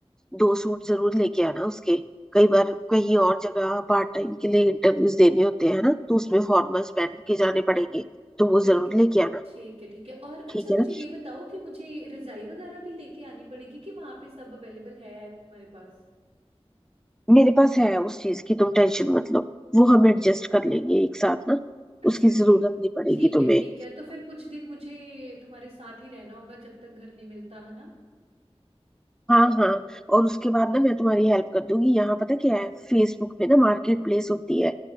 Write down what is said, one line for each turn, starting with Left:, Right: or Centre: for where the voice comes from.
Centre: दो सूट जरूर लेके आना उसके कई बार कहीं और जगह पार्ट टाइम के लिए इंटरव्यूज देने होते हैं ना तो उसमें फॉर्मल्स पहन के जाने पड़ेंगे तो वो
Right: ठीक
Centre: जरूर
Right: है
Centre: लेके आना
Right: ठीक है ठीक है और अच्छा
Centre: ठीक है
Right: मुझे
Centre: ना
Right: ये बताओ कि मुझे रजाई वगैरह भी लेके आनी पड़ेगी कि वहां पे सब अवेलेबल है तुम्हारे पास
Centre: मेरे पास है उस चीज की तुम टेंशन मत लो वो हम एडजस्ट कर लेंगे एक साथ ना
Right: अच्छा
Centre: उसकी
Right: ठीक
Centre: जरूरत नहीं पड़ेगी
Right: ठीक
Centre: तुम्हें
Right: है ठीक है तो फिर कुछ दिन मुझे तुम्हारे साथ ही रहना होगा जब तक घर नहीं मिलता है ना
Centre: हाँ हाँ और उसके बाद ना मैं तुम्हारी हेल्प कर दूंगी यहाँ पता क्या है फेसबुक पे ना मार्केट प्लेस होती है